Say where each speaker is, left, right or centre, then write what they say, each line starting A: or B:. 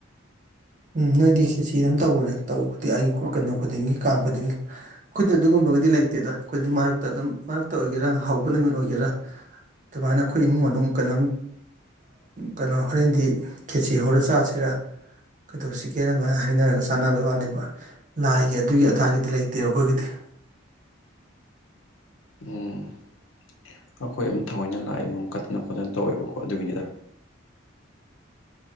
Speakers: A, on the right; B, on the left.
A: ꯎꯝ ꯅꯣꯏꯗꯤ ꯈꯦꯠꯁꯤ ꯑꯗꯨꯝ ꯇꯧꯕꯅꯦ ꯇꯧꯕꯗꯤ ꯑꯩꯒꯤ ꯀꯩꯅꯣ ꯈꯨꯗꯤꯡꯒꯤ ꯀꯥꯡ ꯈꯨꯗꯤꯡꯒꯤ ꯑꯩꯈꯣꯏꯗꯤ ꯑꯗꯨꯒꯨꯝꯕꯒꯤꯗꯤ ꯂꯩꯇꯦꯗ ꯑꯩꯈꯣꯏꯗꯤ ꯃꯔꯛꯇ ꯑꯗꯨꯝ ꯃꯔꯛꯇ ꯑꯣꯏꯒꯦꯔꯥ ꯍꯧꯕ ꯅꯨꯃꯤꯠ ꯑꯣꯏꯒꯦꯔꯥ ꯑꯗꯨꯃꯥꯏꯅ ꯑꯩꯈꯣꯏ ꯏꯃꯨꯡ ꯃꯅꯨꯡ ꯀꯩꯅꯣꯝ ꯀꯩꯅꯣ ꯍꯣꯔꯦꯟꯗꯤ ꯈꯦꯆꯤ ꯍꯧꯔ ꯆꯥꯁꯤꯔ ꯀꯩꯗꯧꯁꯤꯒꯦꯅ ꯑꯗꯨꯃꯥꯏꯅ ꯍꯥꯏꯅꯔꯒ ꯆꯥꯟꯅꯕꯩ ꯋꯥꯅꯦꯕ ꯂꯥꯏꯒꯤ ꯑꯗꯨꯒꯤ ꯑꯗꯥꯒꯤꯗꯤ ꯂꯩꯇꯦꯕ ꯑꯩꯈꯣꯏꯒꯤꯗꯤ
B: ꯎꯝ ꯑꯩꯈꯣꯏ ꯑꯗꯨꯝ ꯊꯑꯣꯏꯅ ꯂꯥꯢ ꯅꯣꯡ ꯀꯠꯇꯅ ꯈꯣꯠꯇꯅ ꯇꯧꯋꯦꯕꯀꯣ ꯑꯗꯨꯒꯤꯅꯤꯗ